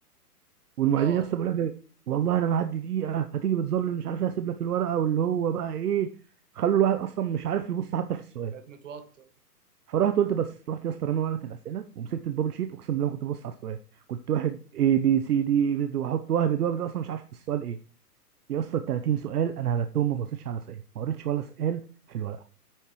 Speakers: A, on the right; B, on the right.
A: والمعيدين
B: اه
A: يا اسطى بيقول لك إيه؟ والله انا ما هدي دقيقه هتيجي بتظلل مش عارف ايه هسيب لك الورقه واللي هو بقى ايه خلوا الواحد اصلا مش عارف يبص حتى في السؤال
B: بقيت متوتر
A: فرحت قلت بس رحت يا اسطى رامي ورقه الاسئله ومسكت البابل شيت اقسم بالله ما كنت ببص على السؤال كنت واحد اي بي سي دي بد- واحط وهبد وهبد اصلا مش عارف السؤال ايه يا اسطى ال 30 سؤال انا هبتهم ما بصيتش على سؤال ما قريتش ولا سؤال في الورقه